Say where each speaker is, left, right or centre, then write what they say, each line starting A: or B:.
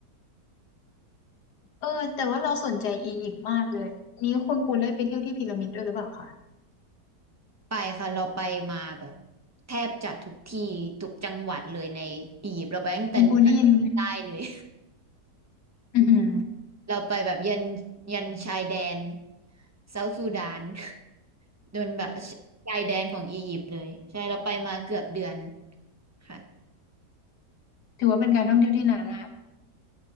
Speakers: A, on the left; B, on the right.
A: เออแต่ว่าเราสนใจอียิปต์มากเลยนี้คุณปูนได้ไปเที่ยวที่พีระมิดด้วยหรือเปล่าคะ
B: ไปค่ะเราไปมาแบบแทบจะทุกที่ทุกจังหวัดเลยในอียิปต์เราไปตั้งแต่เหนือจนใต้เลย
A: คุณปูนได้ยินไหมอือหือ
B: <laughs> เราไปแบบยันยันชายแดนเซาท์ซูดาน โดนแบบชายแดนของอียิปต์เลยใช่เราไปมาเกือบเดือนค่ะ
A: ถือว่าเป็นการท่องเที่ยวที่นานมาก